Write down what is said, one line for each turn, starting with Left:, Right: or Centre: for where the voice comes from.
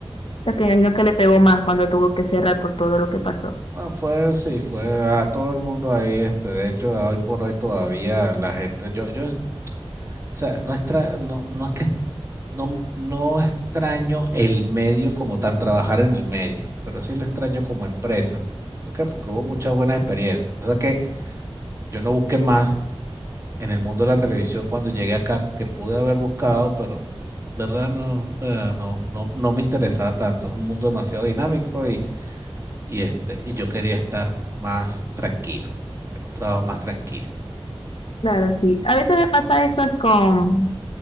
Left: O sea, que me imagino que le pegó más cuando tuvo que cerrar por todo lo que pasó.
Right: No, fue, sí, fue a todo el mundo ahí, este, de hecho, hoy por hoy todavía la gente, yo, yo, o sea, nuestra, no, no es que no, no extraño el medio como tal, trabajar en el medio, pero sí lo extraño como empresa. ¿Por qué? Porque hubo muchas buenas experiencias. O sea que yo no busqué más en el mundo de la televisión cuando llegué acá que pude haber buscado, pero de verdad no, o sea, no, no, no me interesaba tanto. Es un mundo demasiado dinámico y, y este, y yo quería estar más tranquilo, tener un trabajo más tranquilo.
Left: Claro, sí. A veces
Right: Ah.
Left: me pasa eso es con